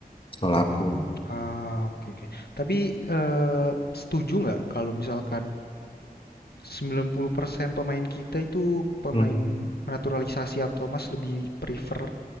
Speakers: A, on the left (about 35°); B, on the left (about 80°).
A: kalau aku.
B: Ah, oke oke. Tapi eh, setuju nggak kalau misalkan 90% pemain kita itu pemain
A: Hmm.
B: naturalisasi atau Mas lebih prefer